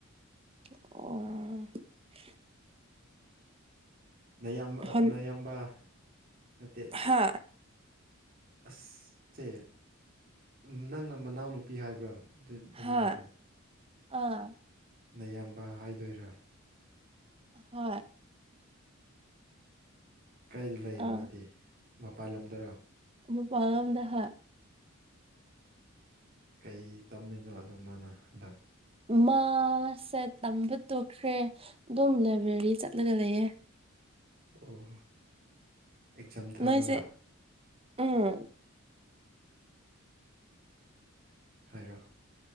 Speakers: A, on the right (about 25°); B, on the right (about 45°).
A: ꯑꯣ
B: ꯅ ꯌꯥꯝ
A: ꯍꯟ
B: ꯅꯌꯥꯝꯝꯕ ꯅꯩ
A: ꯍꯥ
B: ꯑꯁ ꯁꯦ ꯅꯪꯅ ꯃꯅꯥꯎꯅꯨꯄꯤ ꯍꯥꯏꯕ꯭ꯔꯥ ꯗꯦꯅꯤꯃꯤꯗꯣ
A: ꯍꯥꯥ ꯑꯥ
B: ꯅꯌꯥꯝꯕ ꯍꯥꯏꯗꯣꯏꯔꯥ
A: ꯍꯣꯏ
B: ꯀꯥꯏꯗ ꯂꯩ
A: ꯑꯥ
B: ꯃꯥꯗꯤ ꯃꯄꯥꯜꯂꯝꯗꯔꯣ
A: ꯃꯄꯥꯜ ꯂꯝꯗ ꯍꯣꯏ
B: ꯀꯩ ꯇꯝꯃꯤꯅꯣ ꯑꯗꯨ ꯃꯥꯅ ꯍꯟꯗꯛ
A: ꯃꯥꯁꯦ ꯇꯝꯕ ꯇꯣꯛꯈ꯭ꯔꯦ ꯑꯗꯨꯝ ꯂꯥꯏꯕ꯭ꯔꯦꯔꯤ ꯆꯠꯂꯒ ꯂꯩꯌꯦ
B: ꯑꯣ ꯑꯦꯛꯖꯥꯝ ꯊꯥꯅꯕ
A: ꯅꯣꯏꯁꯦ ꯎꯝ
B: ꯍꯥꯏꯔꯣ